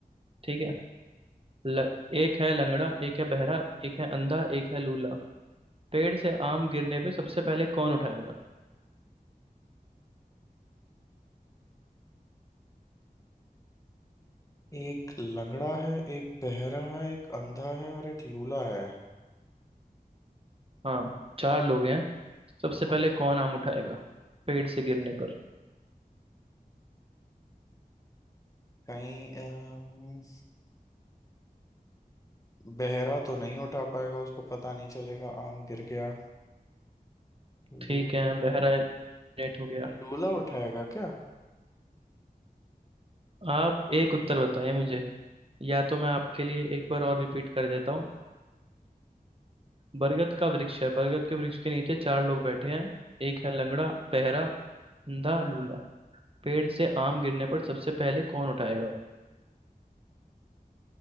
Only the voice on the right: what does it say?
ठीक है ल, एक है लंगड़ा एक है बहरा एक है अंधा एक है लूला पेड़ से आम गिरने पे सबसे पहले कौन उठाएगा
हाँ चार लोग हैं सबसे पहले कौन आम उठाएगा पेड़ से गिरने पर
ठीक है बहरा नेट हो गया
आप एक उत्तर बताएं मुझे या तो मैं आपके लिए एक बार और रिपीट कर देता हूँ बरगद का वृक्ष है बरगद के वृक्ष के नीचे चार लोग बैठे हैं एक है लंगड़ा बहरा अंधा लूला पेड़ से आम गिरने पर सबसे पहले कौन उठाएगा